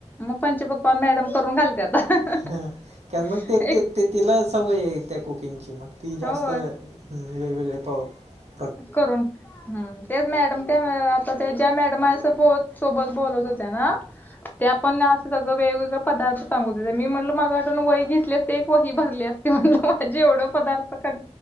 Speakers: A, on the left (about 15°); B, on the right (about 80°).
A: मग पंच पक्वान्न मॅडम करून घालतत्यात अ हं
B: हां कारण
A: हं
B: मग ते
A: एक
B: ते ते तिला सवयये त्या कुकिंगची मग ती जास्त
A: होय
B: वेगवेगळे हं पा अ
A: करून. हम् तेच मॅडम त्या अ आता ज्या मॅडम सोबो सोबत बो बोलत होत्या ना ते आपण असं सगळं वेगवेगळं पदार्थ सांगत होत्या मी म्हटल मगा धरण एक वही घेतली असती एक वही भरली असती म्हणलं अ हं हं. जेवढं पदार्थ कध